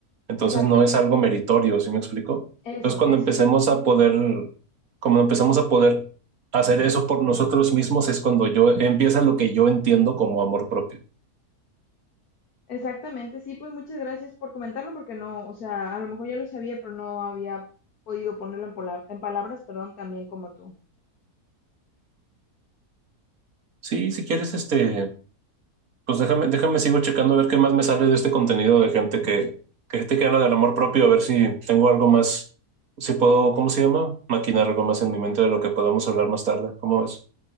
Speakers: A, on the right; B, on the left.
A: Entonces
B: Exacto,
A: no es algo meritorio, ¿sí me explico?
B: eso,
A: Entonces cuando
B: eso
A: empecemos
B: es lo que te
A: a
B: digo.
A: poder, cuando empezamos a poder hacer eso por nosotros mismos es cuando yo empieza lo que yo entiendo como amor propio.
B: Exactamente, sí, pues muchas gracias por comentarlo porque no, o sea, a lo mejor ya lo sabía, pero no había podido ponerlo en, pola- en palabras, perdón, también como tú.
A: Sí, si quieres, este, pues déjame, déjame sigo checando a ver qué más me sale de este contenido de gente que, que gente que habla del amor propio, a ver si tengo algo más, si puedo, ¿cómo se llama? Maquinar algo más en mi mente de lo que podemos hablar más tarde. ¿Cómo ves?